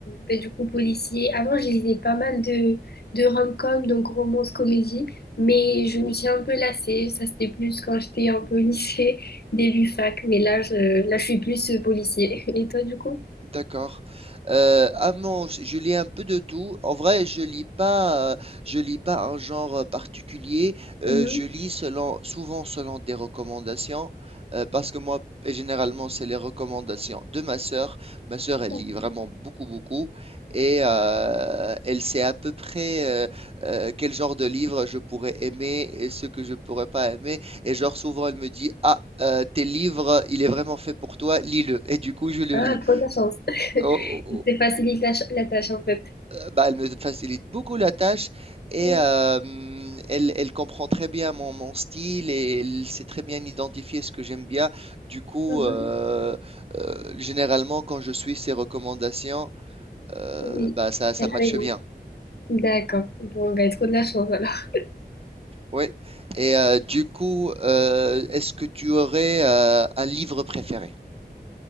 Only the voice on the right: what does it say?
D'accord. Heu, ah non, je je lis un peu de tout. En vrai, je lis pas, heu, je lis pas un genre, heu, particulier. Heu,
je lis selon souvent selon des recommandations, heu, parce que moi, et généralement, c'est les recommandations de ma sœur. Ma sœur, elle
lit vraiment beaucoup, beaucoup et heu, elle sait à peu près, heu heu, quel genre de livre je pourrais aimer et ce que je pourrais pas aimer et genre souvent elle me dit: «Ah, heu, tel livre, il est vraiment fait pour toi, lis-le» et du coup je le
lis.
Oh, oh, oh,
euh, bah, elle me facilite beaucoup la tâche et
euh, elle, elle comprend très bien mon, mon style et elle sait très bien identifier ce que j'aime bien. Du coup,
euh, euh, généralement, quand je suis ses recommandations, euh,
bah, ça, ça
matche
bien.
Oui. Et euh, du coup, euh, est-ce que tu aurais euh, un livre préféré?